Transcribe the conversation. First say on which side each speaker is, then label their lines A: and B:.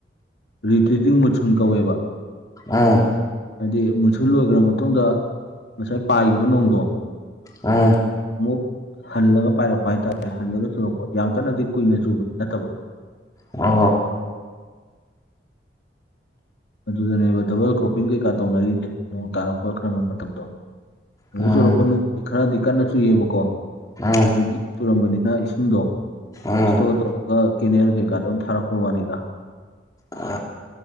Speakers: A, on the left; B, on the left.
A: ꯔꯤꯇ꯭ꯔꯤꯇꯤꯡ ꯃꯨꯁꯨꯟ ꯀꯧꯋꯦꯕ
B: ꯑꯥ
A: ꯍꯥꯏꯗꯤ ꯃꯨꯟꯁꯨ ꯂꯣꯏꯈ꯭ꯔ ꯃꯇꯨꯡꯗ ꯉꯁꯥꯏ ꯄꯥꯏꯈꯤꯕ ꯅꯣꯡꯗꯣ
B: ꯑ
A: ꯑꯃꯨꯛ ꯍꯜꯂꯒ ꯄꯥꯏꯔꯛꯄ ꯍꯥꯏꯇꯥꯔꯦ ꯍꯜꯂꯒ ꯆꯨꯔꯛꯄ ꯌꯥꯝ ꯀꯟꯅꯗꯤ ꯀꯨꯏꯅ ꯆꯨꯕꯗꯤ ꯅꯠꯇꯕ
B: ꯑ
A: ꯑꯗꯨꯗꯅꯦꯕ ꯗꯕꯜ ꯀ꯭ꯔꯣꯞꯄꯤꯡ ꯀꯩꯀꯥ ꯇꯧꯅꯔꯤꯁꯦ ꯅꯣꯡ ꯇꯥꯔꯛꯄ ꯈꯔꯒ ꯃꯇꯝꯗꯣ ꯑꯗꯨ
B: ꯎꯝ
A: ꯆꯨꯔꯛꯄ ꯅꯨꯡ ꯈꯔꯗꯤ ꯀꯟꯅ ꯆꯨꯏꯌꯦꯕꯀꯣꯕꯤ
B: ꯎꯝ
A: ꯆꯨꯔꯝꯕꯅꯤ ꯅ ꯏꯁꯤꯡꯗꯣ
B: ꯎꯝ
A: ꯏꯁꯇꯣꯔ ꯇꯧꯔꯒ ꯀꯦꯅꯦꯜ ꯀꯩꯀꯥꯗ ꯑꯗꯨꯝ ꯊꯥꯔꯛꯄ ꯋꯥꯅꯤꯒ
B: ꯑ